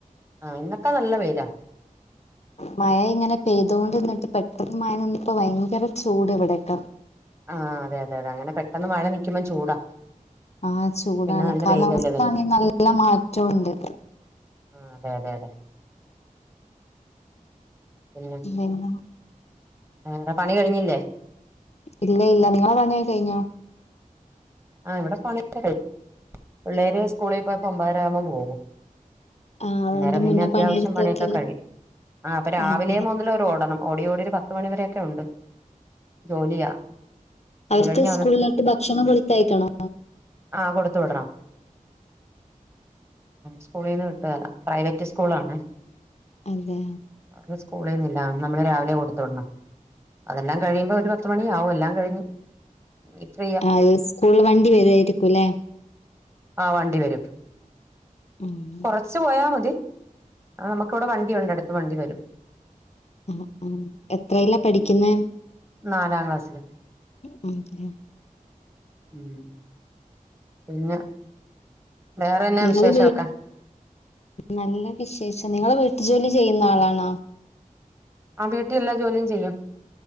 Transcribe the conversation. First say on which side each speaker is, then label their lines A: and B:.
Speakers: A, on the right; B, on the left.
A: ആഹ് ഇന്നക്കെ നല്ല വെയിലാ.
B: മയ ഇങ്ങനെ പെയ്തോണ്ട് നിന്നിട്ട് പെട്ടെന്ന് മയ നിന്നപ്പോ ഭയങ്കര ചൂട് ഇവിടക്കെ.
A: ആഹ് അതെ അതെ അതെ അങ്ങനെ പെട്ടെന്ന് മഴ നിക്കുമ്പം ചൂടാ.
B: ആഹ് ചൂടാണ്
A: പിന്നെ നല്ല
B: കാലാവസ്ഥ
A: വെയിലല്ലേ
B: ആണെ നല്ല മാറ്റൊണ്ട്.
A: ആഹ് അതെ അതെ അതെ. പിന്നെ
B: പിന്ന?
A: വേറെ പണി കഴിഞ്ഞില്ലേ?
B: ഇല്ല ഇല്ല നിങ്ങളെ പണിക്കെഴിഞ്ഞോ?
A: ആഹ് ഇവടെ പണിക്കെ കഴിഞ്ഞ് പിള്ളേര് സ്കൂളി പോയപ്പോ ഒമ്പതരാവുമ്പോ പോകും.
B: ആഹ്
A: അന്നേരം
B: അതിന്റെ
A: പിന്നെ
B: മുന്നേ
A: അത്യാവിശ്യം
B: പണിയെടുത്ത്
A: പണിക്കെ
B: വെക്കല്
A: കഴിം ആഹ് അപ്പ രാവിലെ
B: അതെ
A: മുതലൊ ട്ടോടണം ഓടി ഓടിയൊരു പത്ത് മണിവരക്കെണ്ട് ജോലിയാ.
B: അവർക്ക്
A: അത് കഴിഞ്ഞാ
B: സ്കൂളിലോട്ട് ഭക്ഷണം കൊളിത്തയക്കണോ
A: ആഹ് കൊടുത്തു വിടണം സ്കൂളിന്ന് കിട്ടേല പ്രൈവറ്റ് സ്കൂളാണ്
B: അയ്തെ
A: അവടെ സ്കൂളിന്നില്ല നമ്മള് രാവിലെ കൊടുത്തുടണം അതെല്ലാം കഴിയുമ്പോരു ത്ത് മണിയാവും എല്ലാം കഴിഞ് ഇത്ര
B: അയെ സ്കൂൾ വണ്ടി വരായിരിക്കുലേ
A: ആ വണ്ടി വരും
B: ആഹ്
A: കൊറച്ച് പോയാ മതി ആഹ് നമുക്കിവിടെ വണ്ടിയുണ്ട് അടുത് വണ്ടി വരും
B: അഹ് അഹ് എത്രല പഠിക്കുന്നെ
A: നാലാം ക്ലാസ്സില്
B: ഉം ഉം
A: ഉം പിന്നെ വേറെന്നാ
B: ങ്ങള്
A: വിശേഷമൊക്കെ
B: വീ നല്ല വിശേഷം ങ്ങള് വീട്ടു ജോലി ചെയ്യുന്ന ആളാണോ
A: ആഹ് വീട്ടിൽ എല്ലാ ജോലിയും ചെയ്യും